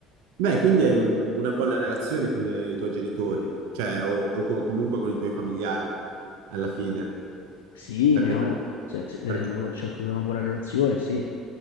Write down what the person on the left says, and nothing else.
Sì,
ne ho, cioè, se- eh,
cioè, scusa, una buona relazione, sì.